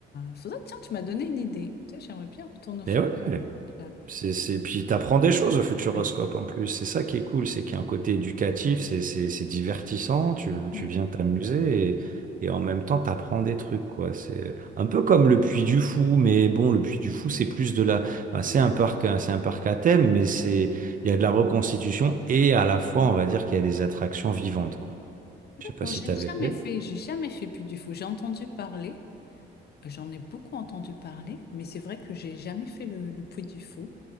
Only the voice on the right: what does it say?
Et ouais.
C'est, c'est... Puis t'apprends des choses au Futuroscope
en plus. C'est ça qui est cool, c'est qu'il y a un côté éducatif, c'est c'est- c'est divertissant, tu, tu
viens t'amuser et, et en même temps t'apprends des trucs, quoi. C'est euh, un peu comme le Puy du Fou, mais bon, le Puy du Fou, c'est plus de la... enfin, c'est un parc, c'est un parc à thème, mais c'est il y a de la reconstitution et à la fois, on va dire qu'il y a des attractions vivantes, quoi.
Je sais pas si
t'avais
fait.